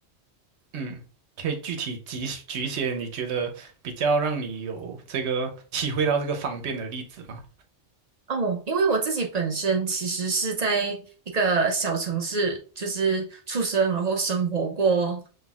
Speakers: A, on the right; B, on the right.
A: 嗯，可以具体举举一些你觉得比较让你有这个体会到这个方便的例子吗？
B: 哦，因为我自己本身其实是在一个小城市，就是出生，然后生活过